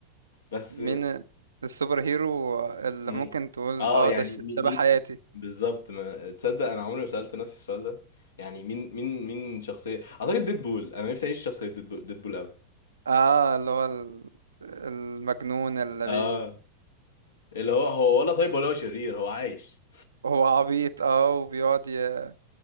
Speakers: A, on the left (about 70°); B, on the right (about 70°).
A: بس
B: مين السوبر هيرو اللي
A: م-
B: ممكن تقول
A: اه
B: اه
A: يعني
B: ده ش-
A: مي-
B: شبه
A: مين
B: حياتي
A: بالظبط ما تصدق انا عمري ما سالت نفسي السؤال ده يعني مين مين مين شخصيه اعتقد ديدبول انا نفسي اعيش شخصيه ديدبول ديدبول قوي
B: اه اللي هو ال- المجنون اللي
A: اه
B: بي
A: اللي هو هو ولا طيب ولا هو شرير هو عايش
B: هو عبيط اه وبيقعد ي...